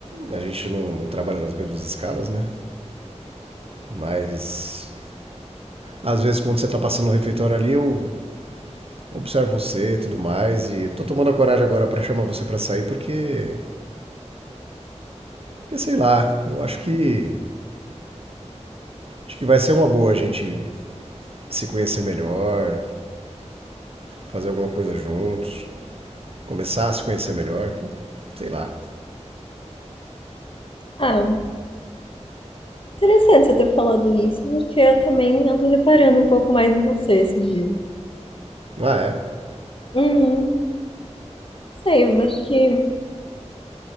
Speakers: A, on the right; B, on the left.
A: a gente não, não trabalha nas mesmas escalas, né? Mas às vezes quando você tá passando no refeitório ali, eu observo você e tudo mais. E tô tomando a coragem agora para chamar você para sair porque, porque, sei lá, eu acho que acho que vai ser uma boa a gente se conhecer melhor, fazer alguma coisa juntos, começar a se conhecer melhor, sei lá.
B: Ah, interessante você ter falado isso, porque eu também ando reparando um pouco mais em você esses dias.
A: Ah, é.
B: Uhum, sei, eu acho que